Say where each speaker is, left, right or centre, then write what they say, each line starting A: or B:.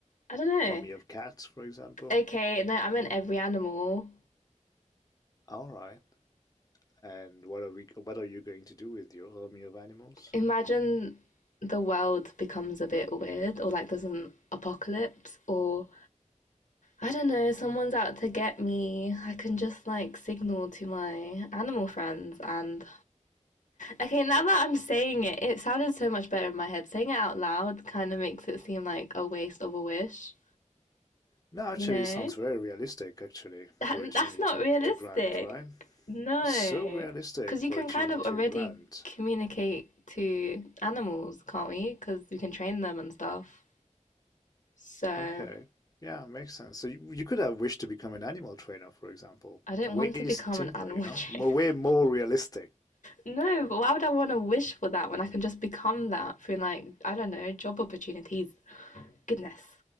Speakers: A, on the left (about 80°); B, on the left (about 30°).
A: I don't know.
B: army of cats, for example.
A: Okay, no, I meant every animal.
B: All right. And what are we? What are you going to do with your army of animals?
A: Imagine the world becomes a bit weird, or like there's an apocalypse, or I don't know, someone's out to get me. I can just like signal to my animal friends and Okay, now that I'm saying it, it sounded so much better in my head. Saying it out loud kind of makes it seem like a waste of a wish,
B: No, actually,
A: you know?
B: it sounds very realistic, actually,
A: That,
B: for a genie
A: that's not
B: to,
A: realistic.
B: to grant, right?
A: No.
B: It's so realistic
A: Because you
B: for
A: can
B: a genie
A: kind of
B: to
A: already
B: grant.
A: communicate to animals, can't we? Because we can train them and stuff. So
B: Okay. Yeah, makes sense. So you, you could have wished to become an animal trainer, for example.
A: I don't
B: Way
A: want to become
B: simpler,
A: an animal
B: you know?
A: trainer.
B: Mo- way more
A: <laughs>
B: realistic.
A: No, but why would I want to wish for that when I can just become that through like, I don't know, job opportunities? Goodness.